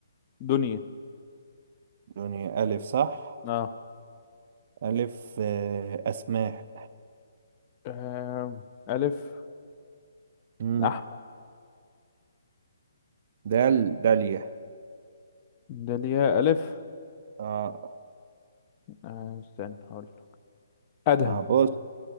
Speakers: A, on the left; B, on the right.
A: دنيا
B: دنيا ألف صح؟
A: اه
B: ألف آه أسماء
A: آه، الف
B: مم.
A: احمد
B: دال داليا
A: داليا الف
B: اه
A: آه استنى هقول لك. ادهم
B: مع بص